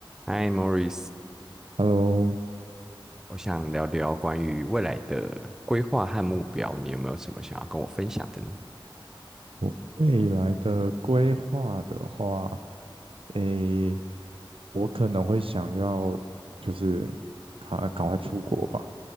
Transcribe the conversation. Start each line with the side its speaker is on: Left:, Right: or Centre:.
Centre: 嗨，Morris，
Right: Hello，
Centre: 我想聊聊关于未来的规划和目标，你有没有什么想要跟我分享的呢？
Right: 我未来的规划的话，诶，我可能会想要就是赶赶快出国吧，